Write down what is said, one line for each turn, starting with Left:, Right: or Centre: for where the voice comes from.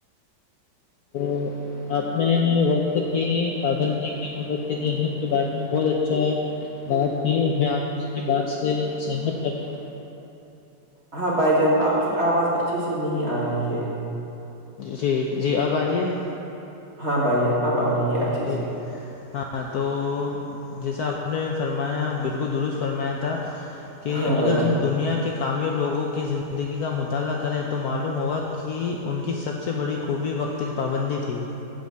Left: <unintelligible> آپ نے وقت کی پابندی کی اور وقت کی اہمیت کے بارے میں بہت اچھا بات کی میں آپ کی بات سے سہمت کرت
Right: ہاں بھائی جان آپ کی آواز اچھے سے نہیں آ رہی ہے
Left: جی جی آب آری ہے
Right: ہاں بھائی جان اب آ رہی ہے اچھے
Left: جی
Right: سے
Left: ہاں تو جیسا آپ نے فرمایا بالکل درست فرمایا تھا کہ
Right: ہاں
Left: اگر
Right: بھائی جان
Left: ہم دنیا کے کامیاب لوگوں کی زندگی کا مطالعہ کریں تو معلوم ہوگا کی ان کی سب سے بڑی خوبی وقت کی پابندی تھی